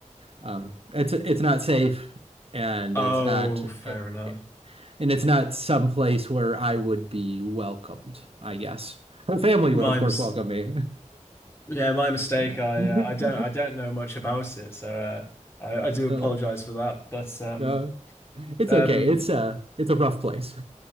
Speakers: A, on the right; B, on the left.
A: um, it's it's not safe, and
B: Oh,
A: it's not,
B: fair
A: it,
B: enough.
A: it- and it's not some place where I would be welcomed. I guess her family
B: My
A: would, of course,
B: mis
A: welcome me.
B: Yeah, my mistake.
A: <laughs>
B: I uh, I don't I don't know much about it, so uh, I I do
A: uh,
B: apologize for that. But um
A: no, it's
B: um
A: okay. It's a uh, it's a rough place.